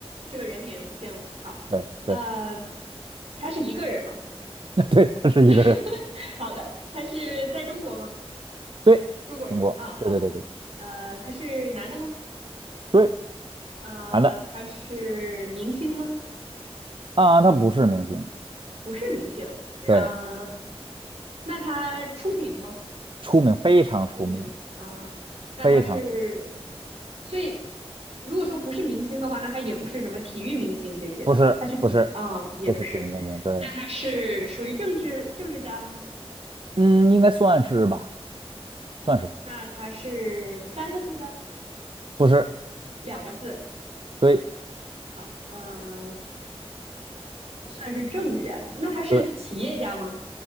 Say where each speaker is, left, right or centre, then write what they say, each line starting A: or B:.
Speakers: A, on the right; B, on the right.
A: 是个人名，行，好，
B: 对对
A: 呃，他是一个人吗？
B: <laughs> 对，他是一个人，
A: <laughs> 好的，他是在中国吗？
B: 对，
A: 中国人吗？
B: 中国，
A: 啊，好，
B: 对对对对。
A: 呃，他是男的吗？
B: 对。
A: 啊，
B: 男的
A: 他是明星吗？
B: 啊，他不是明星，
A: 不是明星，
B: 对，
A: 啊，那他出名吗？
B: 出名非常出名，
A: 出名啊，那他是，
B: 非常
A: 所以如果说不是明星的话，那他也不是什么体育明星这些的，
B: 不是不是不是电影明星，
A: 他是体啊、也不是，
B: 对，
A: 那他是属于政治政治家吗？
B: 嗯，应该算是吧，算是
A: 那他是三个字的，
B: 不是？
A: 两个字，
B: 对
A: 好，呃，算是政治家。那他是企业家吗？
B: 对，